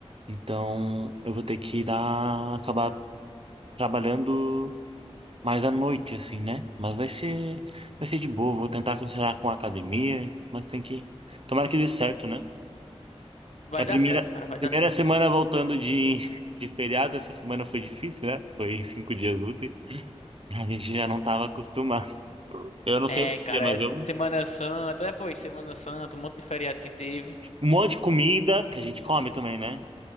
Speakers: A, on the right; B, on the left.
A: então eu vou ter que dar, acabar trabalhando mais à noite, assim, né? Mas vai ser, vai ser de boa, vou tentar conciliar com a academia, mas tem que. Tomara que dê certo, né?
B: Vai
A: É a primeira,
B: dar certo, cara, vai
A: primeira
B: dar certo.
A: semana voltando de, de feriado, essa semana foi difícil, né? Foi <laughs> cinco dias úteis. A gente já não estava acostumado. Eu não
B: É,
A: sei você,
B: cara,
A: mas
B: é
A: eu.
B: Semana Santa, é, foi Semana Santa, um monte de feriado que teve.
A: Um monte de comida, que a gente come também, né?